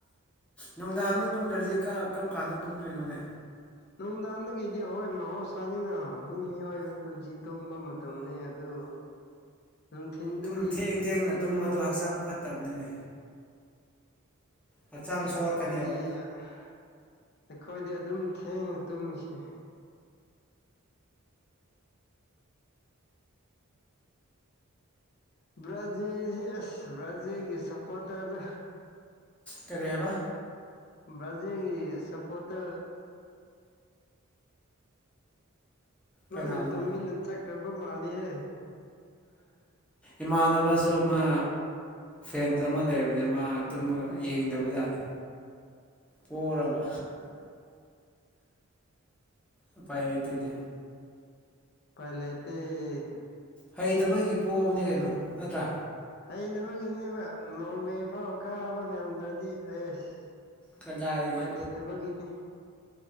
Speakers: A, in the centre; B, on the left (about 50°).
A: ꯅꯨꯡꯗꯥꯡꯗ ꯇꯨꯝꯗ꯭ꯔꯗꯤ ꯀꯔꯝ ꯀꯥꯟꯗ ꯇꯨꯝꯗꯣꯏꯅꯣꯅꯦ
B: ꯅꯨꯡꯗꯥꯡꯒꯤꯗꯤ ꯍꯣꯏ ꯃꯍꯧꯁꯥꯅꯤꯅ ꯃꯤ ꯃꯤꯑꯣꯏꯕ ꯄꯨꯟꯁꯤ ꯇꯨꯝꯕ ꯃꯇꯝꯅꯤ ꯑꯗꯨ ꯅꯨꯡꯊꯤꯟꯗꯗꯤ
A: ꯇꯨꯝ ꯊꯦꯡ ꯊꯦꯡꯅ
B: ꯇꯨꯝꯒꯅꯨ
A: ꯇꯨꯝꯕꯗꯣ
B: ꯍꯥꯏꯕ
A: ꯍꯛꯆꯥꯡ ꯐꯠꯇꯕꯅꯤꯅꯦ ꯍꯛꯆꯥꯡ
B: ꯁꯦꯈꯣꯏꯗꯤ
A: ꯁꯣꯛꯂꯛꯀꯅꯦꯕ
B: ꯑꯩꯈꯣꯏꯗꯤ ꯑꯗꯨꯝ ꯊꯦꯡꯅ ꯇꯨꯝꯃꯤꯁꯦ ꯕ꯭ꯔꯥꯖꯤꯜꯁꯤ ꯑꯁ ꯕ꯭ꯔꯥꯖꯤꯜꯒꯤ ꯁꯄꯣꯇꯔ ꯗꯣ
A: ꯀꯔꯤ ꯍꯥꯏꯕ
B: ꯕ꯭ꯔꯥꯖꯤꯜꯒꯤ ꯁꯄꯣꯇꯔ ꯂꯣꯏꯅꯤ
A: ꯀꯅꯥꯅꯣ
B: ꯇꯨꯃꯤꯅ ꯆꯠꯈ꯭ꯔꯕ ꯃꯥꯜꯂꯤꯍꯦ
A: ꯏꯃꯥꯑꯅꯕꯥꯁꯨ ꯃꯥ ꯐꯦꯟꯁ ꯑꯃ ꯂꯩꯕꯥꯅꯤ ꯃꯥ ꯇꯨꯝꯃꯒ ꯌꯦꯡꯗꯕꯖꯥꯠꯅꯦ ꯄꯣꯔꯕꯥ ꯎꯄꯥꯏ ꯂꯩꯇꯦꯅꯦ
B: ꯄꯥꯏꯂꯥꯏꯇꯩ
A: ꯍꯩꯇꯕꯒꯤ ꯄꯣꯑꯕꯅꯤ ꯀꯩꯅꯣ ꯅꯠꯇ꯭ꯔꯥ
B: ꯍꯩꯅꯇꯥꯕꯥꯒꯤꯅꯦꯕ ꯅꯣꯔꯋꯦ ꯐꯥꯎ ꯀꯥꯕ ꯉꯝꯗ꯭ꯔꯗꯤ ꯑꯩꯁ
A: ꯀꯗꯥꯏꯗꯒꯤ
B: ꯎꯄꯥꯏ ꯂꯩꯇꯕꯒꯤꯅꯤ